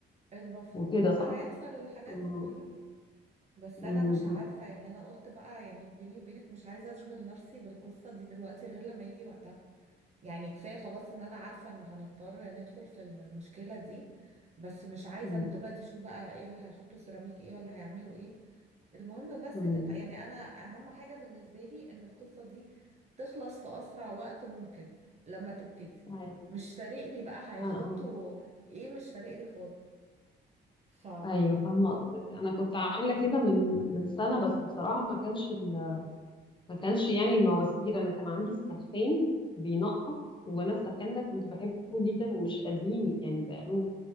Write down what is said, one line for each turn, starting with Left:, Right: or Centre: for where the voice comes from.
Right: المفروض
Left: وكده
Right: بقى
Left: صح؟
Right: هيحصل الحاجات
Left: اه
Right: دي كلها بس
Left: أمم،
Right: انا مش عارفة يعني انا قلت بقى يعني بيني وبينك مش عايزة اشغل نفسي بالقصة دي دلوقتي غير لما يجي وقتها يعني كفاية خلاص ان انا عارفة ان هنضطر ندخل في المشكلة دي بس مش عايزة
Left: أمم،
Right: من دلوقتي اشوف بقى ايه اللي هيحطوا سيراميك ايه ولا هيعملوا ايه المهم بس
Left: أمم.
Right: تت... يعني انا اهم حاجة بالنسبة لي ان القصة دي تخلص في اسرع وقت ممكن لما تبتدي
Left: ايوه
Right: مش فارق لي بقى هيحطوا
Left: اه آه.
Right: ايه مش فارق لي خالص ف
Left: ايوه فاهمه قصدك انا كنت عامله كده من من سنه بس بصراحه ما كانش ال... ما كانش يعني المواسير انا كان عندي السخان بينقط وانا السخان ده كنت
Right: مم.
Left: بحبه جدا ومش قديم يعني بقاله